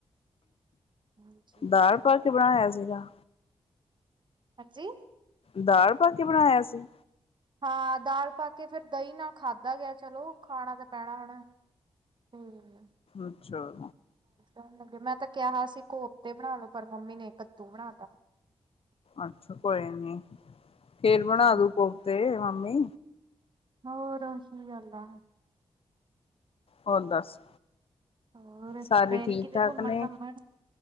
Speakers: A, on the right; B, on the left.
A: ਜੀ
B: ਦਾਲ
A: ਠੀਕ
B: ਪਾ ਕੇ ਬਣਾਏਆ ਸੀਗਾ।
A: ਹਾਂਜੀ।
B: ਦਾਲ ਪਾ ਕੇ ਬਣਾਏਆ ਸੀ।
A: ਹਾਂ ਦਾਲ ਪਾ ਤੇ ਫੇਰ ਦਈਂ ਨਾਲ ਖਾਧਾ ਗੇਆ ਚਲੋ ਖਾਣਾ ਤਾਂ ਪੈਣਾ ਹੁਣੈ। ਹੂੰ।
B: ਅੱਛਾ।
A: ਕਰਨ ਲੱਗੇ। ਮੈਂ ਤੇ ਕੈਣਾ ਸੀ ਕੋਫਤੇ ਬਣਾ ਲੋ ਪਰ ਮੰਮੀ ਨੇ ਕੱਦੂ ਬਣਾ ਤਾ।
B: ਅੱਛਾ ਕੋਈ ਨੀ।
A: ਹਾਂਜੀ
B: ਫੇਰ ਬਣਾ
A: ਹਾਂਜੀ
B: ਦੂ ਕੋਫਤੇ ਮੰਮੀ।
A: ਹੋਰ ਓਹੀ ਗੱਲ ਆ।
B: ਹੋਰ ਦੱਸ
A: ਹੋਰ
B: ਸਾਰੇ
A: ਗਏ
B: ਠੀਕ
A: ਨੀ ਕਿਤੇ
B: ਠਾਕ
A: ਘੁੰਮਣ
B: ਨੇ
A: ਘਾਮਣ?